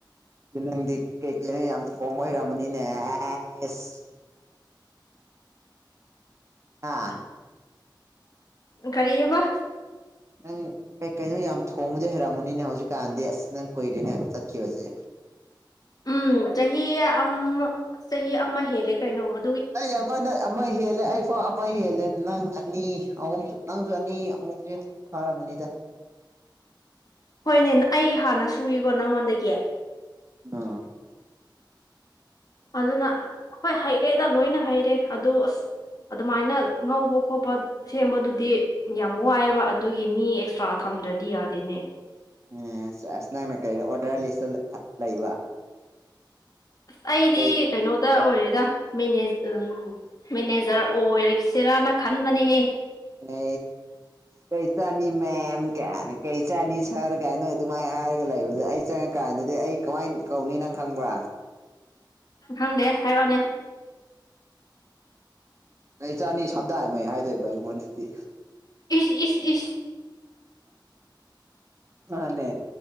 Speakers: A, on the right (about 35°); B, on the left (about 50°).
A: ꯅꯪꯗꯤ ꯀꯩ ꯀꯩꯅꯣ ꯌꯥꯝ ꯊꯣꯡꯕ ꯍꯩꯔꯝꯃꯅꯤꯅꯦ ꯑꯦꯁ ꯍꯥ
B: ꯀꯔꯤꯦꯕ
A: ꯅꯪ ꯀꯩ ꯀꯩꯅꯣ ꯌꯥꯝ ꯊꯣꯡꯕꯗꯤ ꯍꯩꯔꯛꯑꯃꯅꯤꯅꯦ ꯍꯧꯖꯤꯛꯀꯥꯟꯗꯤ ꯑꯁ ꯅꯪ ꯀꯨꯏꯔꯦꯅꯦ ꯆꯠꯈꯤꯕꯁꯦ
B: ꯎꯝ ꯆꯍꯤ ꯑꯃ ꯆꯍꯤ ꯑꯃ ꯍꯦꯜꯂꯦ ꯀꯩꯅꯣꯃ
A: ꯑꯩ ꯑꯃꯅ ꯑꯃ ꯍꯦꯜꯂꯦ ꯑꯩ ꯐꯥꯎ ꯑꯃ ꯍꯦꯜꯂꯦ ꯅꯪꯑꯅꯤꯁ ꯑꯍꯨꯝꯁꯨ ꯅꯪꯁꯨ ꯑꯅꯤ ꯑꯃꯨꯛꯁꯨ ꯐꯥꯔꯝꯃꯅꯤꯗ
B: ꯍꯣꯏꯅꯦ ꯑꯩ ꯍꯥꯟꯅ ꯁꯨꯏꯀꯣ ꯅꯪꯉꯣꯟꯗꯒꯤ
A: ꯑꯥ
B: ꯑꯗꯨꯅ ꯍꯣꯏ ꯍꯩꯔꯦꯗ ꯂꯣꯏꯅ ꯍꯩꯔꯦ ꯑꯗꯨ ꯑꯁ ꯑꯗꯨꯃꯥꯏꯅ ꯉꯧꯕ ꯈꯣꯠꯄ ꯁꯦꯝꯕꯗꯨꯗꯤ ꯌꯥꯝ ꯋꯥꯏꯑꯦꯕ ꯑꯗꯨꯒꯤ ꯃꯤ ꯑꯦꯛꯁꯇ꯭ꯔꯥ ꯊꯝꯗ꯭ꯔꯗꯤ ꯌꯥꯗꯦꯅꯦ
A: ꯎꯝ ꯑꯁꯏ ꯅꯪꯅ ꯀꯩꯩꯗ ꯑꯣꯗꯔ ꯂꯤꯁꯇ ꯂꯩꯕ
B: ꯑꯁ ꯑꯩꯗꯤ
A: ꯀꯩ
B: ꯀꯩꯅꯣꯗ ꯑꯣꯏꯔꯦ ꯎ ꯃꯦꯅꯦꯖꯔ ꯑꯣꯏꯔꯁꯤꯔꯅ ꯈꯟꯕꯅꯦꯍꯦ
A: ꯑ ꯀꯩ ꯆꯥꯅꯤ ꯃꯦꯝ ꯀꯩꯅꯤ ꯀꯩ ꯆꯥꯅꯤ ꯁꯔ ꯀꯥꯏ ꯅꯣꯏ ꯑꯗꯨꯃꯥꯏꯅ ꯍꯥꯏꯔꯒ ꯂꯩꯕꯗꯣ ꯑꯩ ꯆꯪꯉꯀ ꯑꯗꯨꯗꯤ ꯑꯩ ꯀꯃꯥꯏꯅ ꯀꯧꯅꯤ ꯅꯪ ꯈꯪꯕ꯭ꯔꯥ
B: ꯈꯪꯗꯦ ꯍꯥꯏꯔꯛꯑꯣꯅꯦ
A: ꯑꯩ ꯆꯅꯤ ꯁꯝꯗꯥꯃꯩ ꯍꯥꯏꯗꯣꯏꯕ ꯑꯩꯉꯣꯟꯗꯗꯤ
B: ꯏ ꯏꯁ ꯏ
A: ꯍꯅꯦ